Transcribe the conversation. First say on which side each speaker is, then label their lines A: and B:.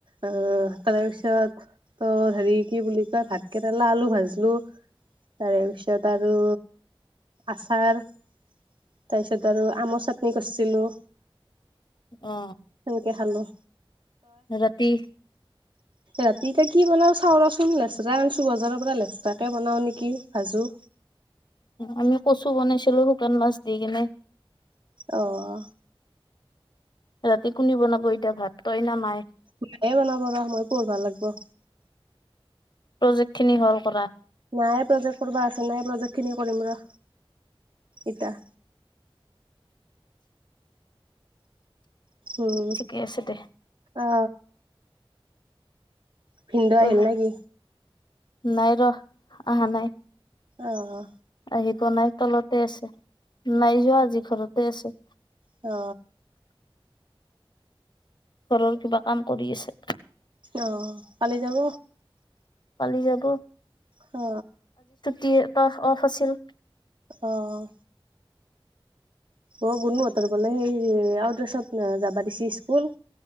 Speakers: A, on the right; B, on the left.
A: অ তাৰে পিছত ত হেৰি কি বুলি কয় ভাত কেৰেলা আলু ভাজলো তাৰে পিছত আৰু আচাৰ তাৰপিছত আৰু আমৰ চাটনি কৰিছিলোঁ।
B: অ
A: সেনেকে খালোঁ
B: ৰাতি
A: ৰাতিতে কি বনাও চাউ ৰচোন লেচৰা আনছো বজাৰৰ পৰা লেচেৰাকে বনাও নেকি ভাজো
B: আমি কচু বনাইছিলোঁ শুকান মাছ দি কিনে
A: অহ
B: ৰাতি কোনে বনাব এতিয়া ভাত তই না মাই
A: মায়ে বনাব আৰু মই পঢ়িব লাগিব
B: প্ৰজেক্ট খিনি হল কৰা
A: নাই প্ৰজেক্ট কৰবা আছে নাই প্ৰজেক্ট খিনি কৰিম ৰ এতিয়া উম
B: ঠিকে আছে দে
A: অ ভিনদেও আহিল
B: উহ,
A: নে কি?
B: নাই ৰ আহা নাই
A: অ অ
B: আহি পোৱানাই তলতে আছে নাই যোৱা আজি ঘৰতে আছে
A: অ
B: ঘৰৰ কিবা কাম কৰি আছে
A: অ কালি যাব
B: কালি যাব
A: অ
B: টিৰ ট অফ আছিল
A: অহ অ গুনোহঁতৰ বোলে সেই আউটড্ৰেছত যাবা দিছে স্কুল